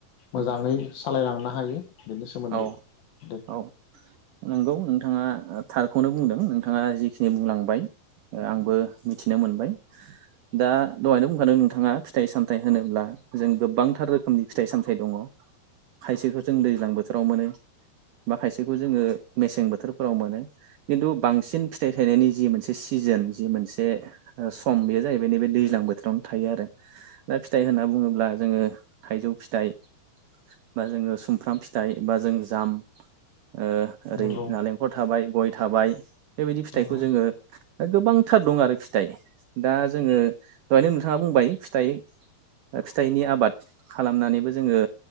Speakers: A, on the right; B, on the left.
A: उम
B: मोजाङै सालायलांनो हा हायो बेनि सोमोन्दै
A: औ
B: दे
A: औ नंगौ नोंथाङा थारखौनो बुंदों नोंथाङा जिखिनि बुंलांबाय आंबो मिथिनो मोनबाय दा दहायनो बुंखादों नोंथाङा फिथाइ सामथाइ होनोब्ला जों गोबांथार रोखोमनि फिथाइ सामथाइ दङ खायसेखौ जों दैज्लांबो बोथोराव मोनो बा खायसेखौ जोङो मेसें बोथोरफोराव मोनो खिन्थु बांसिन फिथाइ थायनायनि जि मोनसे सिजोन जि मोनसे सम बेयो जाहैबाय नैबे दैज्लां बोथोरावनो थायो आरो दा फिथाइ होनना बुङोब्ला जोङो थाइजौ फिथाइ बा जोङो सुमफ्राम फि थाइबा जों जाम ओरै
B: नंगौ
A: नालेंखर थाबाय गय थाबाय बेबायदि फिथाइखौ
B: नंगौ
A: जोङो गोबां दं आरो फिथाइ दा जोङो दहायनो नोंथाङा बुंबाय फिथाइ फिथाइनि आबाद खालामनानैबो जोङो